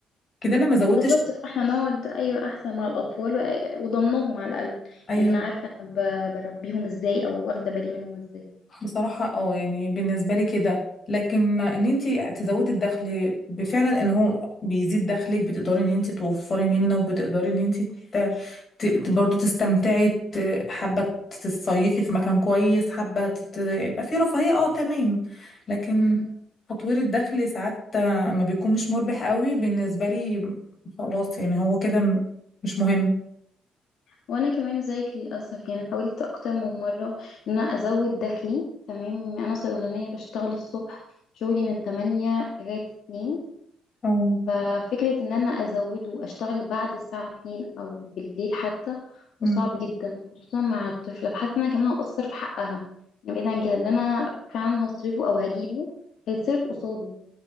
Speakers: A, on the left; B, on the left.
A: كده انا ما زودتش
B: بالظبط فاحنا نقعد ايوه احسن مع الاطفال و- وضمنهم على الاقل
A: ايوه
B: يعني انا عارفه انا ب- بربيهم ازاي او واخده بالي منهم ازاي
A: بصراحة اه يعني بالنسبة لي كده لكن ان انت تزودي الدخل بفعلا ان هو بيزيد دخلك بتقدري ان انت توفري منه وبتقدري ان انت ت- ت- برضه تستمتعي ت- حابة تصيفي في مكان كويس حابة تت- يبقى في رفاهية اه تمام لكن
B: مهم.
A: تطوير الدخل ساعات ما بيكون مش مربح قوي بالنسبة لي خلاص يعني هو كده م- مش مهم
B: وانا كمان زيك للاسف يعني حاولت اكتر من مره ان انا ازود دخلي تمام انا صيدلانيه بشتغل الصبح شغلي من 8 لغايه 2
A: اه
B: ففكرة ان انا ازوده واشتغل بعد الساعة 2 او بالليل حتى ده
A: أمم.
B: صعب جدا خصوصا مع الطفلة فحاسة ان انا كمان هقصر في حقها يعني بعيد عن كده اللي انا فعلا هصرفه او هجيبه هيتصرف قصاده